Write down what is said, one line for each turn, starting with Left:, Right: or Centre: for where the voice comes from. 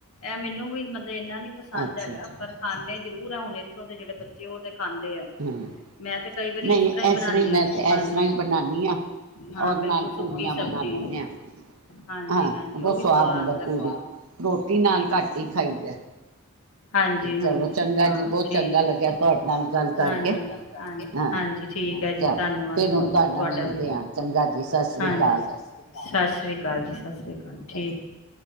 Left: ਇਹ ਮੈਨੂੰ ਵੀ ਮਤਲਬ ਇੰਨਾ ਨੀ ਪਸੰਦ
Right: ਅੱਛਾ
Left: ਹੈਗਾ
Right: ਅੱਛਾ
Left: ਪਰ ਖਾਨੇ ਜ਼ਰੂਰ ਆਣ ਇੱਥੋਂ ਦੇ ਜਿਹੜੇ ਬੱਚੇ ਉਹਦੇ ਖਾਂਦੇ ਆ
Right: ਹਮ
Left: ਮੈਂ ਤੇ ਕਈ ਵਾਰੀ
Right: ਨਹੀਂ
Left: ਇਸ ਤਰ੍ਹਾਂ ਹੀ ਬਣਾਦੀ
Right: ਮੈਂ
Left: ਹ
Right: ਤਾਂ
Left: ਹਾਂਜੀ
Right: ਇਸ ਤਰ੍ਹਾਂ ਹੀ ਬਣਾਉਂਦੀ ਹਾਂ
Left: ਹਾਂ
Right: ਔਰ ਨਾਲ
Left: ਬਿਲਕੁਲ ਸੁੱਕੀ
Right: ਪੂੜੀਆਂ
Left: ਸਬਜ਼ੀ
Right: ਬਣਾ ਲੈਂਦੇ ਹਾਂ
Left: ਹਾਂਜੀ
Right: ਹਾਂ
Left: ਹਾਂਜੀ
Right: ਬਹੁਤ
Left: ਉਹ ਵੀ ਸਵਾਦ
Right: ਹੁੰਦਾ
Left: ਲਗਦਾ।
Right: ਪੂਰੀ ਰੋਟੀ ਨਾਲ ਘੱਟ ਹੀ ਖਾਈਦਾ।
Left: ਹਾਂਜੀ ਹਾਂਜੀ
Right: ਚਲੋ ਚੰਗਾ
Left: ਹਾਂਜੀ
Right: ਜੀ ਬਹੁਤ ਚੰਗਾ ਲੱਗਿਆ ਤੁਹਾਡੇ ਨਾਲ ਗੱਲ ਕਰਕੇ
Left: ਹਾਂਜੀ ਹਾਂਜੀ
Right: ਹਾਂ
Left: ਹਾਂਜੀ ਠੀਕ ਆ ਜੀ
Right: ਚਲ
Left: ਧੰਨਵਾਦ
Right: ਫਿਰ
Left: ਬਹੁਤ
Right: ਹੁਣ ਤੁਹਾਡੇ
Left: ਬਹੁਤ
Right: ਨਾਲ
Left: ਤੁਹਾਡਾ
Right: ਮਿਲਦੇ
Left: ਵੀ
Right: ਹਾਂ ਚੰਗਾ ਜੀ ਸਤਿ ਸ੍ਰੀ
Left: ਹਾਂ
Right: ਅਕਾਲ
Left: ਸੀ। ਸਤਿ ਸ਼੍ਰੀ ਅਕਾਲ ਸਤਿ ਸ਼੍ਰੀ ਅਕਾਲ ਜੀ ਸਤਿ ਸ੍ਰੀ ਅਕਾਲ ਠੀਕ